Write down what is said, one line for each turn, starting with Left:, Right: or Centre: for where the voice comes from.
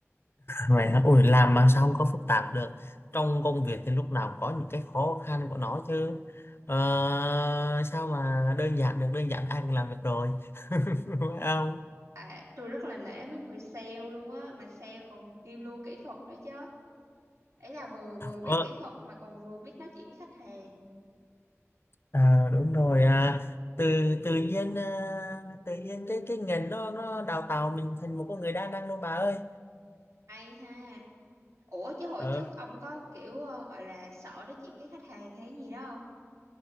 Left: Vậy hả? Ui, làm mà sao không có phức tạp được trong công việc thì lúc nào cũng có những cái khó khăn của nó chứ ờ, sao mà đơn giản được đơn giản ai cũng làm được rồi <laughs> phải không
Right: À, tôi rất là nể mấy người sale luôn á mà sale còn kiêm luôn kỹ thuật nữa chứ. Ấy là vừa vừa biết
Left: ờ,
Right: kỹ thuật mà còn vừa biết nói chuyện với khách hàng.
Left: à, đúng rồi à, từ tự nhiên à, tự nhiên cái cái ngành nó nó đào tạo mình thành một con người đa năng luôn bà ơi
Right: Hay ha. Ủa chứ hồi
Left: ờ,
Right: trước ông có kiểu ờ, gọi là sợ nói chuyện với khách hàng hay gì đó không?